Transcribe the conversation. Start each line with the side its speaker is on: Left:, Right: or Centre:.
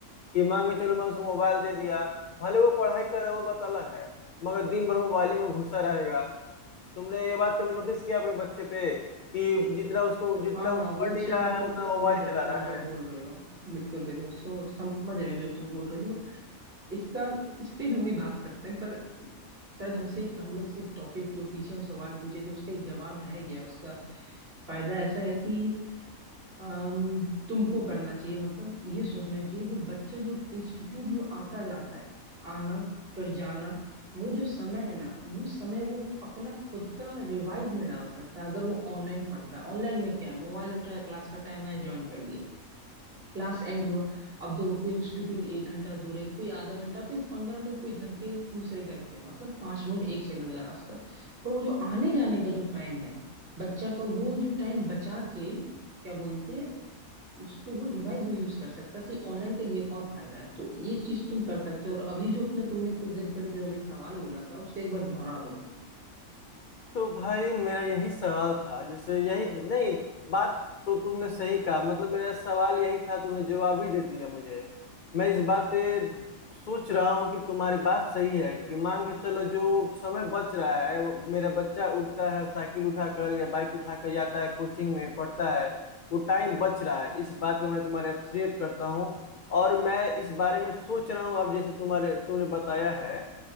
Left: कि मान के चलो मैं उसको मोबाइल दे दिया भले वो पढ़ाई कर रहा है वो बात अलग है मगर दिन भर मोबाइल में घुसा रहेगा तुमने ये बात कभी नोटिस किया अपने बच्चे पे कि जितना उसको जितना
Right: हाँ हाँ
Left: वो
Right: वो
Left: पढ़ नहीं
Right: चीज
Left: रहा
Right: मतलब
Left: है उतना मोबाइल
Right: समझ रहे
Left: चला
Right: तुम
Left: रहा
Right: जो
Left: है
Right: बोल रहे हो बिल्कुल बिल्कुल सो समझ रहे हैं जो तुम बोल रहे हो देखो इसका इस पे भी वही बात करते हैं पर शायद हमसे एक हम लोग से एक टॉपिक जो पीछे हम सवाल पूछे तो उसका एक जवाब रह गया उसका फायदा ऐसा है कि अम, तुमको करना चाहिए मतलब ये सोचना चाहिए जो बच्चा जो इंस्टीट्यूट जो आता जाता है आना फिर जाना वो जो समय है ना वो समय वो अपना खुद का रिवाइज में डाल सकता है अगर वो ऑनलाइन पढ़ता है ऑनलाइन में क्या है मोबाइल उठाया क्लास का टाइम है ज्वाइन कर लिया क्लास एंड हुआ अब देखो कोई इंस्टीट्यूट एक घंटा दूर है कोई आधा घंटा कोई पंद्रह मिनट कोई घर के दूसरे घर पे है मतलब पांच मिनट एक सेकंड का रास्ता पर वो जो आने जाने का जो टाइम है बच्चा का वो जो टाइम बचा के क्या बोलते हैं, उसको वो रिवाइज में यूज कर सकता है तो ऑनलाइन का ये एक और फायदा है तो ये चीज तुम कर सकते हो और अभी जो अपने तुमने कुछ देर पहले जो अभी सवाल बोला था उसको एक बार दोहरा दो
Left: तो भाई मेरा यही सवाल था जैसे यही नहीं बात तो तुमने सही कहा मतलब मेरा सवाल यही था तुमने जवाब ही दे दिया मुझे मैं इस बात पे सोच रहा हूँ कि तुम्हारी बात सही है कि मान के चलो जो समय बच रहा है वो मेरा बच्चा उठता है साइकिल उठाकर या बाइक उठाकर जाता है कोचिंग में पढ़ता है वो टाइम बच रहा है इस बात पे मैं तुम्हारे अप्रिशिएट करता हूँ और मैं इस बारे में सोच रहा हूँ अब जैसे तुम्हारे तुमने बताया है